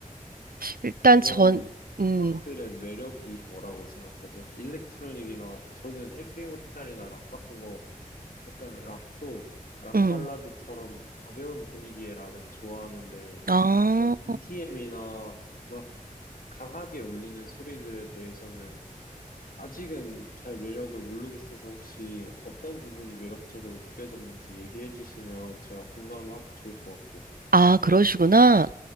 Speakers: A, on the right; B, on the left.
A: 일단
B: 이런
A: 전, 음,
B: 음악들의 매력이 뭐라고 생각하세요? 일렉트로닉이나 저는 헤비메탈이나 락 같은 거 약간 락도 락
A: 음,
B: 발라드처럼 가벼운 분위기의 락은 좋아하는데
A: 아,
B: 막 EDM이나 막 강하게 울리는 소리들에 대해서는 아직은 잘 매력을 모르겠어서 혹시 어떤 부분이 매력적으로 느껴졌는지 얘기해 주시면 제가 공감하기 좋을 것 같아요.
A: 아, 그러시구나.